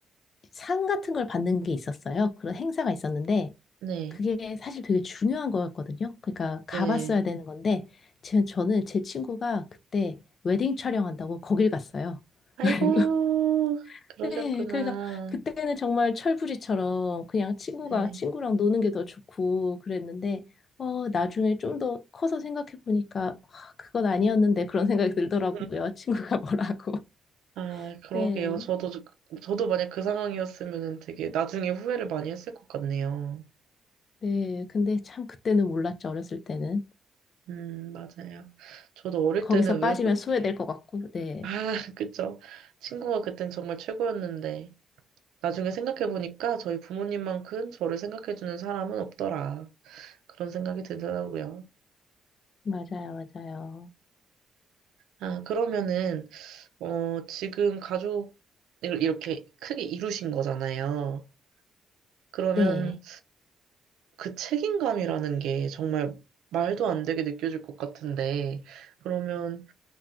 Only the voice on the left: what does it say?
상 같은 걸 받는 게 있었어요. 그런 행사가 있었는데
그게 사실 되게 중요한 거였거든요. 그러니까 가봤어야
되는 건데 제, 저는 제 친구가 그때 웨딩 촬영한다고 거길 갔어요.
<laughs>
네, 그래서 그때는 정말 철부지처럼 그냥 친구가
친구랑 노는 게 더 좋고 그랬는데, 어, 나중에 좀 더 커서 생각해 보니까 아, 그건 아니었는데 그런 생각이 들더라고요.
친구가 뭐라고. <laughs>
네,
네. 근데 참 그때는 몰랐죠. 어렸을 때는.
거기서
빠지면
소외될 것 같고. 네,
맞아요, 맞아요.
네.